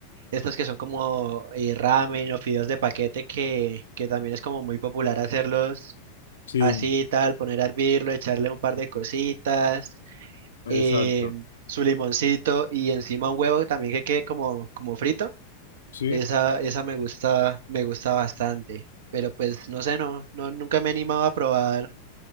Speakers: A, on the right; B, on the left.
A: estas que son como eh, ramen o fideos de paquete que, que también es como muy popular hacerlos
B: Sí,
A: así tal, poner a hervirlo, echarle un par de cositas,
B: exacto.
A: em, su limoncito y encima un huevo también que quede como, como frito.
B: Sí.
A: Esa, esa me gusta, me gusta bastante. Pero pues no sé, no, no, nunca me he animado a probar,